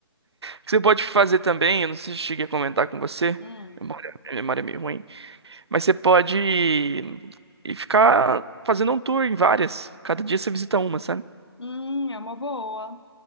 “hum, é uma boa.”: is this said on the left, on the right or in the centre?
Left